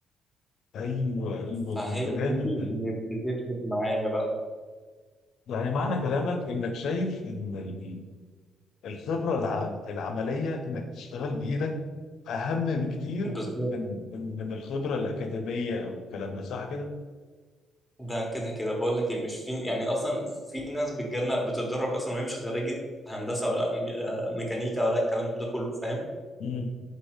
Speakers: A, on the left; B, in the centre.
A: ايوه ايوه
B: فهي
A: البرنامج
B: دي اللي
A: ده
B: كانت بتفرق معايا بقى
A: يعني معنى كلامك انك شايف ان ال- الخبره الع- العمليه انك تشتغل بايدك اهم بكتير
B: بالظبط
A: من من من الخبره الاكاديميه او الكلام ده صح كده؟
B: ده كده كده بقول لك ايه مش في يعني اصلا في ناس بتجيلنا بتتدرب اصلا وهي مش خريجه هندسه ولا مي- آه، ميكانيكا ولا الكلام ده كله فاهم
A: امم